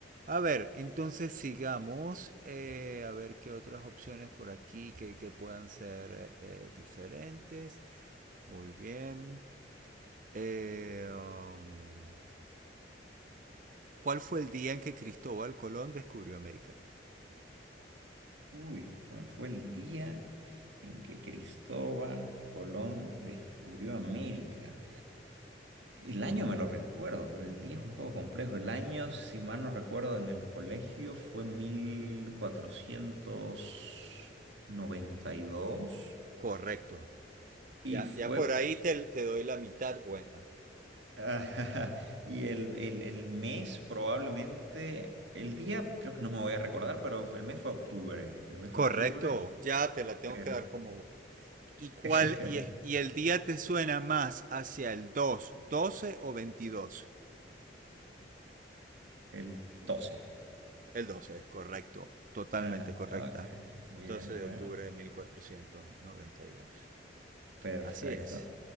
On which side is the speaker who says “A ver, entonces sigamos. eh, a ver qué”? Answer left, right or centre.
Right